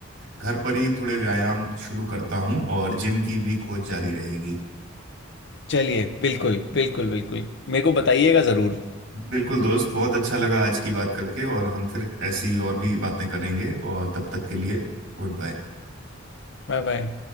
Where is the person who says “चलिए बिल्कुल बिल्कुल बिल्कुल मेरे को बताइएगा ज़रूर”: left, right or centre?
Left